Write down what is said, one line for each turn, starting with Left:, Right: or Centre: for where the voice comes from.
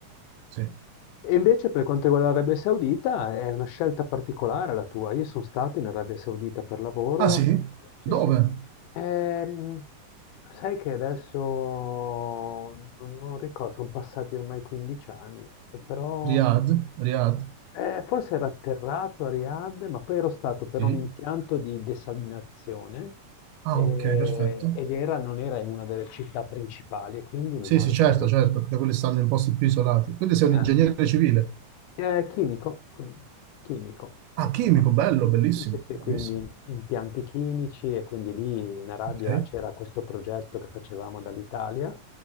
Right: sì.
Left: E invece per quanto riguarda l'Arabia Saudita è una scelta particolare la tua. Io sono stato in Arabia Saudita per lavoro
Right: Ah, sì?
Left: e sì,
Right: Dove?
Left: sì, sì. Ehm, sai che adesso non non ricordo, sono passati ormai 15 anni, però
Right: Riyadh? Riyadh?
Left: eh, forse era atterrato a Riyadh, ma poi ero stato per
Right: Sì.
Left: un impianto di desalinazione
Right: Ah,
Left: eh,
Right: ok, perfetto.
Left: ed era, non era in una delle città principali, e quindi non
Right: Sì,
Left: me lo
Right: sì,
Left: ricordo
Right: certo, certo,
Left: più.
Right: perché quelli stanno in posti più isolati. Quindi sei
Left: Ah.
Right: un ingegnere civile.
Left: Eh, chimico, quindi, chimico.
Right: Ah, chimico,
Left: Io-
Right: bello, bellissimo,
Left: Sì, sì, sì,
Right: bellissimo.
Left: quindi impianti chimici e quindi lì in Arabia
Right: Ok,
Left: c'era questo progetto che facevamo dall'Italia